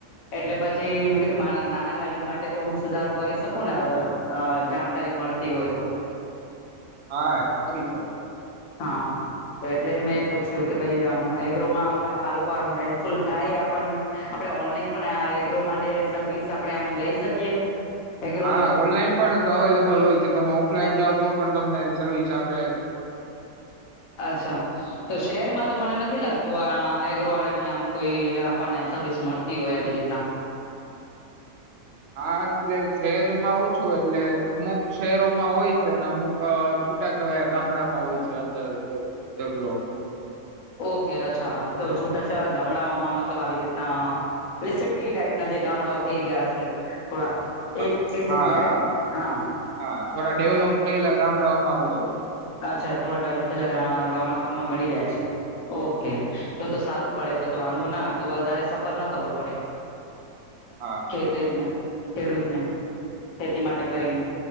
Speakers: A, on the left; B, on the right.
A: એટલે પછી મે કીધું મારા નાના ગાર્ડન માટે તો હું સુધારો કરી શકું ને, અગર અહ જાણકારી મળ તી હોય તો.
B: હા એ કરી શકો.
A: હા. તો એટલે મેં પૂછ્યું કે ભાઈ આમ એગ્રોમાં આમ આ લોકો આમ હેલ્પફુલ થાય આપણને? આપણે ઓનલાઈન પણ આ એગ્રો માટે સર્વિસ આપણે આમ લઈ શકીએ? એગ્રોની
B: હા ઓનલાઈન પણ અવેલેબલ હોય છે. તમે ઓફલાઈન જાઓ તો પણ તમને સર્વિસ આપે.
A: અચ્છા. તો શહેરમાં તો મને નથી લાગતું આ એગ્રોવાળાની આમ કોઈ આપણને સર્વિસ મળત તી હોય એવી રીતના.
B: હા, એટલે શહેરમાં ઓછું હોય એટલે અમુક શહેરોમાં હોય છે ને અમુક અહ છૂટા-છવાયા ગામડામાં હોય છે અંદર એ એગ્રો.
A: ઓકે અચ્છા હા. તો છૂટાછવાયા ગામડાઓમાં મતલબ આવી રીતના એટલે સિટી ટાઈપના જે ગામડાઓ થઈ ગયા હશે થોડા,
B: હા
A: એ-એ
B: હા
A: જગ્યાએ ને? હા.
B: હા થોડા ડેવલોપ થયેલા ગામડાઓમાં હોય એમ.
A: અચ્છા થોડા ડેવલપ થયેલા <unintelligible> ગામડાઓમાં મળી જાય છે. ઓકે. તો-તો સારું પડે, તો-તો વાંધો ના આવે, તો વધારે સફર ના કરવું પડે.
B: હા.
A: <unintelligible> ખેડૂતને. ખેતી માટે કરીને.